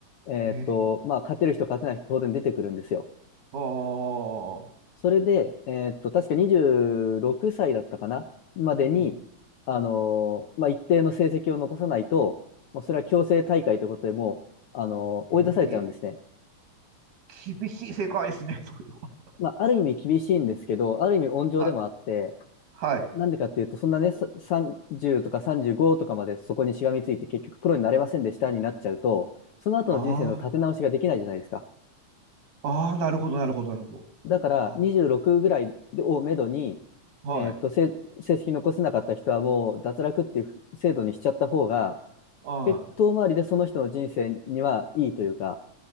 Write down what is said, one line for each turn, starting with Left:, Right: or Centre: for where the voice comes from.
Left: えーっと、
Right: い。へえ。
Left: まあ、勝てる人勝てない人当然出てくるんですよ。
Right: はあ。
Left: それで、えーっと、確か26歳だったかな、までに、
Right: うん。
Left: あのーまあ、
Right: うん。
Left: 一定の成績を残さないと、もうそれは強制大会ということでもう、あのー追い出されちゃうんですね。
Right: ええ。厳しい世界ですね、それは。
Left: まあ、ある意味厳しいんですけど、ある意味温情でもあって、
Right: はい。はい。
Left: なんでかっていうと、そんなね、さ30とか35とかまでそこにしがみついて、結局プロになれませんでしたになっちゃうと、その後の人生の立て直しができないじゃないですか。
Right: ああ。ああ、なるほど、なるほど、なるほど。
Left: だから26ぐらいをめどに、
Right: ああ、はい。
Left: えーっと、せ成績残せなかった人はもう脱落っていう制度にしちゃった方が、
Right: はい。
Left: 結遠回りでその人の人生にはいいというか、